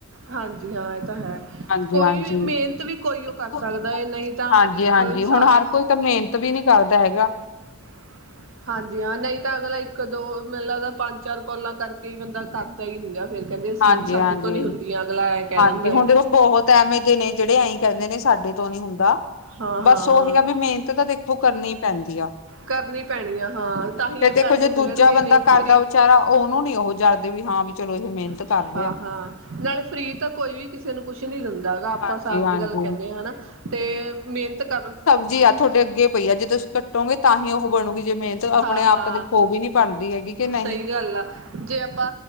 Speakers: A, on the right; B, on the left.
A: ਹਾਂਜੀ ਹਾਂ ਇਹ ਤਾਂ ਹੈ।
B: ਹਾਂਜੀ
A: ਕੋਈ
B: -ਹਾਂਜੀ-
A: ਵੀ ਮਿਹਨਤ ਵੀ ਕੋਈ ਉਹ ਕਰ ਸਕਦਾ ਹੈ ਨਹੀਂ ਤਾਂ
B: ਹਾਂਜੀ -ਹਾਂਜੀ ਹੁਣ ਹਰ ਕੋਈ ਤਾਂ ਮਿਹਨਤ ਵੀ ਨੀ ਕਰਦਾ ਹੈਗਾ।
A: <inaudible> ਹਾਂਜੀ ਹਾਂ ਨਹੀਂ ਤਾਂ ਅਗਲਾ ਇੱਕ ਦੋ ਮੈਨੁ ਲੱਗਦਾ ਪੰਜ ਚਾਰ ਕੋਲਾਂ ਕਰਕੇ ਬੰਦਾ ਕਰਦਾ ਹੀ ਨੀ ਗਾ। ਫੇਰ ਕਹਿੰਦੇ ਅਸੀਂ
B: ਹਾਂਜੀ
A: ਸਾਡੇ
B: ਹਾਂਜੀ
A: ਤੋਂ ਨੀ ਹੁੰਦੀਆਂ ਅਗਲਾ ਕਹਿ
B: ਹਾਂਜੀ
A: ਦਿੰਦਾ
B: ਹੁਣ
A: ਏ
B: ਦੇਖੋ ਬਹੁਤ ਐਵੇਂ ਜੇ ਨੇ ਜਿਹੜੇ ਐਈ ਕਹਿੰਦੇ ਨੇ ਸਾਡੇ ਤੋਂ ਨੀ ਹੁੰਦਾ।
A: ਹਾਂ
B: ਬਸ
A: ਹਾਂ
B: ਉਹੀ ਆ ਵੀ ਮਿਹਨਤ ਤਾਂ ਦੇਖੋ ਕਰਨੀ ਪੈਂਦੀ ਆ।
A: ਕਰਨੀ ਪੈਣੀ ਆ ਹਾਂ ਤਾਂ ਹੀ
B: ਤੇ
A: ਇਹ
B: ਦੇਖੋ
A: ਪੈਸੇ
B: ਜੇ
A: ਮਿਲਣਗੇ
B: ਦੂਜਾ ਬੰਦਾ
A: ਨਹੀਂ
B: ਕਰਦਾ
A: ਫਰੀ
B: ਵਿਚਾਰਾ ਉਹਨੂੰ ਨੀ ਉਹ <unintelligible> <unintelligible>
A: <unintelligible>
B: ਆ
A: ਤਾਂ ਕੋਈ ਵੀ ਕਿਸੇ ਨੂੰ ਕੁਛ ਨੀ ਦਿੰਦਾ ਹੈਗਾ ਆਪਾਂ
B: ਹਾਂਜੀ
A: ਸਾਫ਼
B: ਹਾਂਜੀ
A: ਜੀ ਗੱਲ ਕਹਨੇ ਹਾ ਨਾ ਤੇ ਮਿਹਨਤ ਕਰਨ
B: ਜੀ ਆ ਤੁਹਾਡੇ ਅੱਗੇ ਪਈ ਆ ਜੇ ਤੁਸੀਂ ਕੱਟੋਗੇ ਤਾਂ ਹੀ ਉਹ ਬਣੂਗੀ। ਜੇ ਮਿਹਨਤ ਆਪਣੇ
A: ਹਾਂ ਹਾਂ
B: ਆਪ ਤਾਂ ਦੇਖੋ ਉਹ ਵੀ ਨੀ ਬਣਦੀ ਹੈਗੀ ਕਿ ਨਹੀਂ
A: ਸਹੀ ਗੱਲ ਆ ਜੇ ਆਪਾਂ